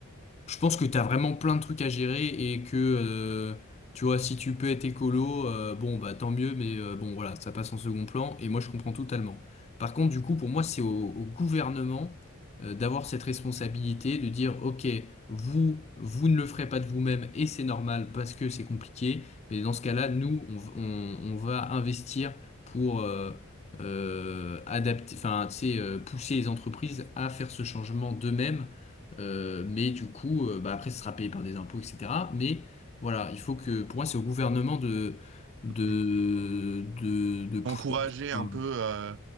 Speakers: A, on the left; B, on the right.
A: je pense que t'as vraiment plein de trucs à gérer et que euh, tu vois, si tu peux être écolo, euh, bon bah tant mieux, mais euh, bon voilà, ça passe en second plan et moi je comprends totalement. Par contre, du coup, pour moi, c'est au, au gouvernement euh, d'avoir cette responsabilité de dire, ok, vous, vous ne le ferez pas de vous-même et c'est normal parce que c'est compliqué, mais dans ce cas-là, nous, on, v- on- on va investir pour euh, euh, adapter, enfin, tu sais, euh, pousser les entreprises à faire ce changement d'eux-mêmes euh, mais du coup, euh, bah après, ce sera payé par des impôts, etc. Mais voilà, il faut que, pour moi, c'est au gouvernement de, de,
B: Mm.
A: de, de pousser.
B: Encourager un
A: Enfin,
B: peu euh,